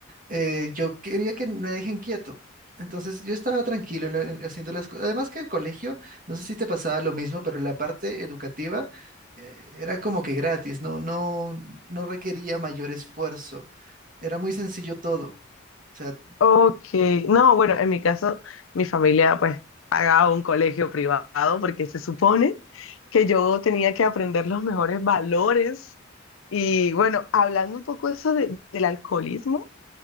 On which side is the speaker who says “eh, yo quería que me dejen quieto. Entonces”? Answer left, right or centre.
Right